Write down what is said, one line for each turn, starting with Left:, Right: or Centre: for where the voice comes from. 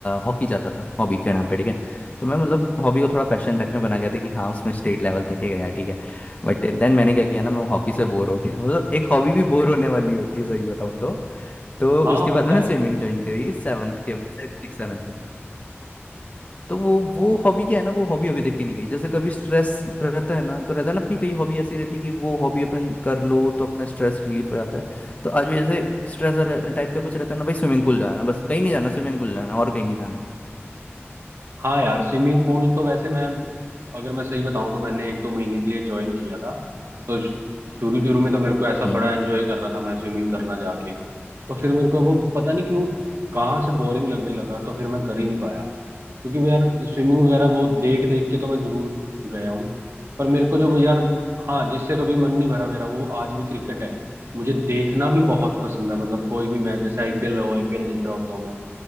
Left: हॉकी जाता था हॉबी के नाम पे ठीक है तो मैं मतलब हॉबी को थोड़ा पैशन टाइप में बना लिया था कि हाँ उसमें स्टेट लेवल तक ही गया ठीक है बट देन मैंने क्या किया ना मैं हॉकी से बोर हो गया <laughs> मतलब एक हॉबी भी बोर होने वाली होती है सही बताऊँ तो तो
Right: हाँ
Left: उसके
Right: होता
Left: बाद मैंने
Right: है
Left: स्विमिंग ज्वाइन करी सेवन्थ के सिक्स सेवन से तो वो वो हॉबी क्या है ना वो हॉबी अभी तक की नहीं गई जैसे कभी स्ट्रेस रहता है ना तो रहता है ना अपनी कई हॉबी ऐसी रहती है कि वो हॉबी अपन कर लो तो अपना स्ट्रेस रिलीफ हो जाता है तो आज भी जैसे स्ट्रेस टाइप का कुछ रहता है ना भाई स्विमिंग पूल जाना है बस कहीं नहीं जाना स्विमिंग पूल जाना है और कहीं नहीं जाना है
Right: हाँ यार स्विमिंग पूल तो वैसे मैं अगर मैं सही बताऊं तो मैंने एक दो महीने के लिए ज्वाइन किया था तो शुरू शुरू में तो मेरे को ऐसा बड़ा
Left: हम्म
Right: एंजॉय कर रहा था मैं स्विमिंग करना जाके तो फिर मेरे को वो पता नहीं क्यों कहाँ से बोरिंग लगने लगा तो फिर मैं कर ही नहीं पाया क्योंकि मैं यार स्विमिंग वगैरह वो देख देख के तो मैं जरूर गया हूँ पर मेरे को जो यार हाँ जिससे कभी मन नहीं भरा मेरा वो आज भी क्रिकेट है मुझे देखना भी बहुत पसंद है मतलब कोई भी मैच जैसे आईपीएल
Left: हम्म,
Right: हो आईपीएल देख रहा होता हूँ मैं